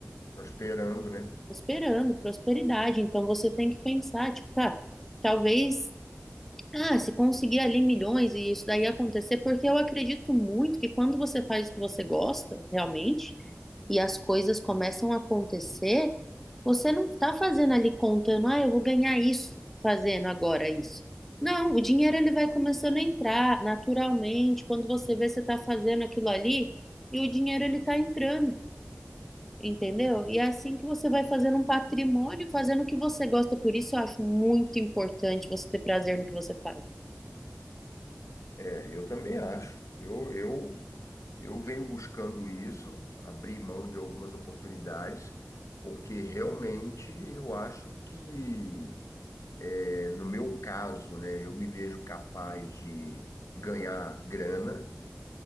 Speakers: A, on the left (about 90°); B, in the centre.
A: prosperando, né?
B: Prosperando, prosperidade. Então, você tem que pensar, tipo, tá, talvez. Ah, se conseguir ali milhões e isso daí acontecer, porque eu acredito muito que quando você faz o que você gosta, realmente, e as coisas começam a acontecer, você não está fazendo ali contando, ah, eu vou ganhar isso fazendo agora isso. Não, o dinheiro ele vai começando a entrar naturalmente, quando você vê você está fazendo aquilo ali, e o dinheiro ele está entrando, entendeu? E é assim que você vai fazendo um patrimônio, fazendo o que você gosta. Por isso eu acho muito importante você ter prazer no que você faz.
A: É, eu também acho. Eu, eu, eu venho buscando isso, abrir mão de algumas oportunidades, porque realmente eu acho que É, no meu caso, né, eu me vejo capaz de ganhar grana,